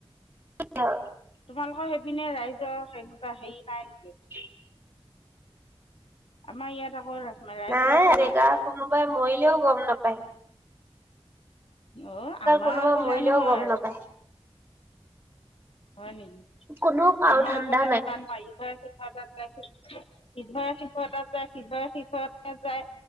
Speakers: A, on the right (about 20°); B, on the left (about 70°).
A: <unintelligible>
B: তোমালোকৰ সেইপিনে ৰাইজৰ সেনেকুৱা হেৰি পাই নেকি
A: <unintelligible>
B: আমাৰ ইয়াত আকৌ ৰাইজৰ
A: নাই
B: ফালৰ
A: জেগা
B: পৰা
A: কোনোবাই মৰিলেও গম নাপায় ।
B: অ আমাৰ
A: কোনোবা
B: আকৌ
A: মৰিলেও
B: সেইয়া নহয়
A: গম নাপায়
B: হয় নেকি
A: কোনো কাৰো
B: আমাৰ
A: ধান্দা
B: আগতে এনেকোৱা নাই মাৰি থৈ আ ত শিৱৰ শিখৰত যায় শিৱৰ শিখৰতে যায়